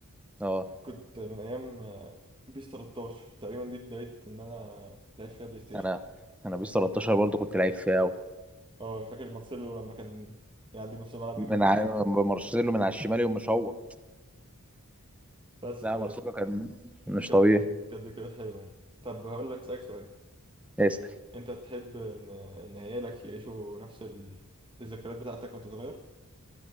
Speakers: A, in the centre; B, on the right.
A: اه
B: كنت من ايام آه، بيس 13 تقريبا دي بدايه ان انا لعبت فيها بلاي ستيشن
A: انا انا بيس 13 برضو كنت لعيب فيها قوي
B: اه فاكر مارسيلو لما كان يعدي نص الملعب
A: من
B: يجيب جول
A: ع... مارسيلو من على الشمال يوم مش هو
B: بس
A: لا
B: ف
A: مارسيلو كان مش
B: كانت
A: طبيعي
B: كانت ذكريات حلوة يعني طب هقول لك سألك سؤال
A: اسال
B: انت تحب ان ان عيالك يعيشوا نفس ال... الذكريات بتاعتك وانت صغير